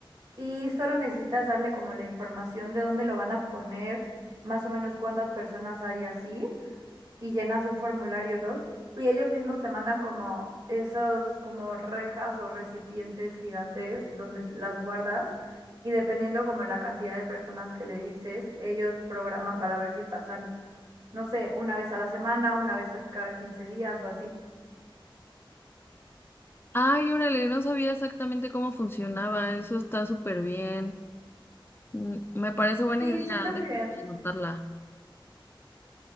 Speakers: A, on the right (about 45°); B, on the left (about 25°).
A: y solo necesitas darle como la información de dónde lo van a poner, más o menos cuántas personas hay así y llenas un formulario y ellos mismos te mandan como esos como rejas o recipientes gigantes donde las guardas y dependiendo como la cantidad de personas que le dices, ellos programan para ver si pasan no sé, una vez a la semana, una vez a- cada quince días o así.
B: Ay, órale, no sabía exactamente cómo funcionaba, eso está súper bien. Mm, Me parece buena
A: Sí,
B: idea
A: siento
B: de
A: que,
B: anotarla.